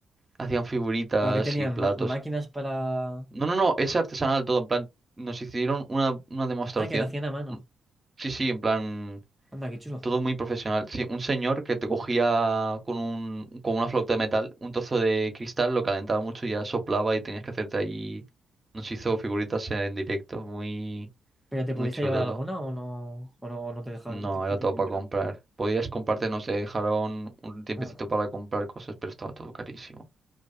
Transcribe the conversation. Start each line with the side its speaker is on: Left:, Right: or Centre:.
Right: hacían figuritas
Centre: ¿Pero que tenían?
Right: y platos.
Centre: Ma- ¿Máquinas para...?
Right: No, no, no, es artesanal todo, en plan, nos hicieron una, una demostración.
Centre: Ah, que lo hacían a mano.
Right: Un- Sí, sí, en plan,
Centre: Anda, qué chulo.
Right: todo muy profesional. Sí, un señor que te cogía con un, con una flauta de metal, un trozo de cristal, lo calentaba mucho y ya soplaba y tenías que hacerte ahí. Nos hizo figuritas en directo, muy,
Centre: ¿Pero te
Right: muy
Centre: pudiste
Right: chulo
Centre: llevar
Right: todo.
Centre: alguna o no, o no, o no te dejaban
Right: No,
Centre: t- tipo
Right: era todo
Centre: comprar?
Right: para comprar. Podías comprarte, no sé dejaron un tiempecito
Centre: Ah,
Right: para comprar cosas, pero estaba todo carísimo.